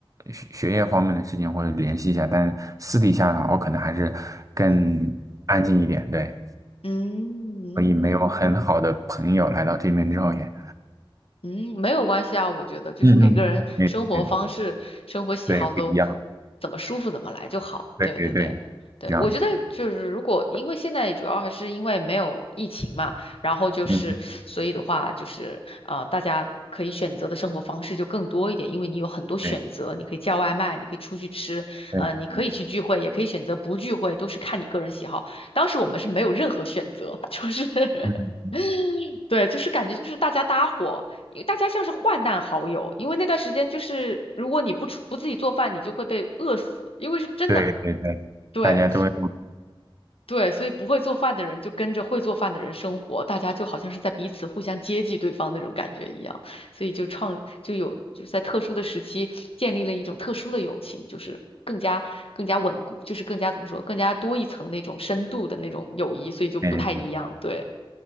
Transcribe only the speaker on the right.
学学业方面的事情，或者联系一下，但私底下的话，我可能还是更安静一点，
对，
所以没有很好的朋友来到这边之后也，
嗯嗯。对对。
对，不一样，
对对对，
一样，
嗯，
对
对
嗯
对对对，
大家都会，
哎，